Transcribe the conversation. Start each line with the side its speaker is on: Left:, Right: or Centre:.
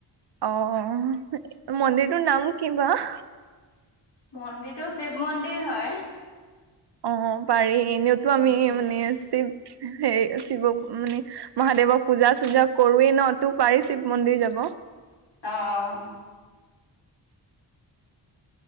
Right: অঁ মন্দিৰটোৰ নাম কিবাও?
Left: মন্দিৰটো শিৱ মন্দিৰ হয়।
Right: অঁ' পাৰি এনেওতো আমি
Left: উম
Right: মানে শিৱ হেৰি শিৱক মানে- মহাদেৱক পূজা চূজা কৰোৱেই ন তোৰ পাৰি শিৱ মন্দিৰ যাব।
Left: অঁ'